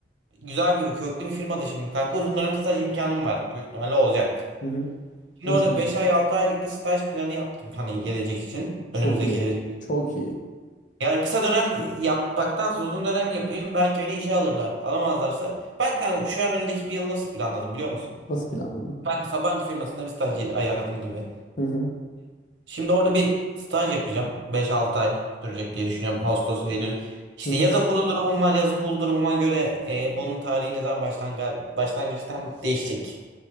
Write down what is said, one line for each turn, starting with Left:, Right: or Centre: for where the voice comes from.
Right: güzel bir köklü bir firmada şimdi kanka uzun dönem staj imkanım var büyük ihtimalle olacak.
Left: Hı hı.
Right: Şimdi
Left: İnşallah.
Right: orada 5 ay 6 aylık bir staj planı yaptım hani gelecek için
Left: Çok
Right: önümüzdeki
Left: iyi.
Right: gelecek. için.
Left: Çok iyi.
Right: Yani kısa dönem yapmaktansa uzun dönem yapayım belki beni işe alırlar alamazlarsa ben kanka şu an önümdeki bir yıl nasıl planladım biliyor musun?
Left: Nasıl planladın?
Right: Ben Sabancı firmasında bir staj ayarladım gibi.
Left: Hı hı.
Right: Şimdi orada bir staj yapacağım. beş 6 ay sürecek diye düşünüyorum. Ağustos, Eylül. İşte
Left: Hı hı,
Right: yaz okulu durumum var. Yaz okulu durumuma göre e, bunun tarihi ne zaman başlangı başlangıcı tam değişecek.